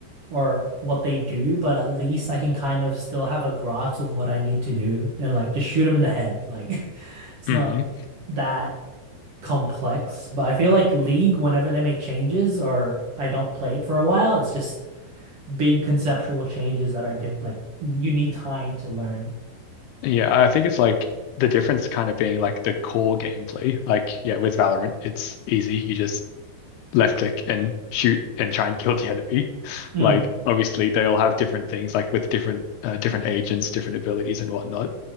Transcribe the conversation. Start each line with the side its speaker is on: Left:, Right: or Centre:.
Right: or what they do, but at least I can kind of still have a grasp of what I need to do and like just shoot them in the head. Like <laughs> it's
Left: mm.
Right: not that complex, but I feel like League, whenever they make changes or I don't play it for a while, it's just big conceptual changes that are diff like you need time to learn.
Left: yeah, I think it's like the difference kind of being like the core gameplay. Like, yeah, with Valorant, it's easy. You just left click and shoot and try and kill the enemy. <laughs>
Right: Mm.
Left: Like, obviously, they all have different things, like with different uh, different agents, different abilities, and whatnot.